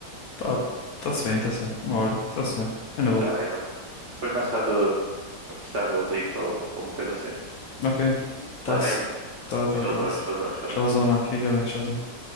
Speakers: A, on the left (about 65°); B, on the right (about 60°).
A: Tá, tá-se bem, tá-se bem. Uma hora, tá-se bem. É na boa.
B: Tá bem, mano. Depois mais tarde eh, Stardew League ou alguma coisa assim.
A: Ok, tá-se.
B: Tá bem, mano?
A: Tá, tá,
B: Showzão,
A: tá-se.
B: showzão, showzão,
A: Tchauzão,
B: showzão.
A: mano, fica bem, tchauzão.